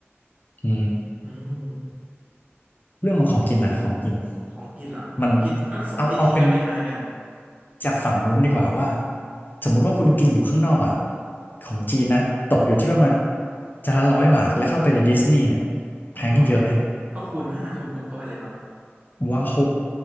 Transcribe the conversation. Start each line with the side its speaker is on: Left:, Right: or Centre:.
Left: อื
Right: อืม
Left: มเรื่องของของกินนะของกิน
Right: ของกินเหรอของกินก็สองที่นี้ก็คล้ายๆกัน
Left: มันเอาเอาเป็นจากฝั่งนู้นดีกว่าว่าสมมุติว่าคุณกินอยู่ข้างนอกอ่ะของจีนนะตกอยู่ที่ประมาณจานละร้อยบาทแล้วเข้าไปในดิสนีย์เนี่ย
Right: อ๋อ
Left: แพงขึ้นเยอะไหม
Right: ก็คูณห้าคูณหกเข้าไปเลยครับ
Left: ว้าโห